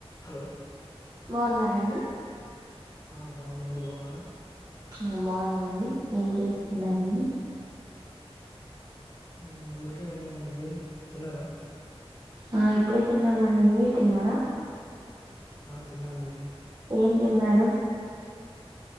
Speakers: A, on the left; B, on the right.
A: హలో
B: బావున్నార అండి
A: ఆ బావున్నా మీరు బావున్నారా
B: ఆ బావున్నం అండి ఏం చేస్తున్నారండి
A: మ్మ్ ఊరికే ఉన్నామండి మీరు తిన్నరా
B: ఆ ఇప్పుడే తిన్నామండి మీరు తిన్నారా
A: ఆ తిన్నామండి
B: ఏం తిన్నారు